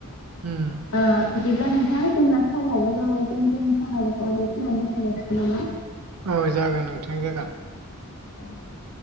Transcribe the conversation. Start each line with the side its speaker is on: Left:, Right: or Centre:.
Right: उम
Left: ओ बिदिब्ला नोंथां जोंना सामाबो जाबाय। जों जोंनि सावरायनायखौ बे खिनियावनो दोनथ' नांसिगोन नामा?
Right: औ जागोन नोंथां जागोन।
Left: <inaudible>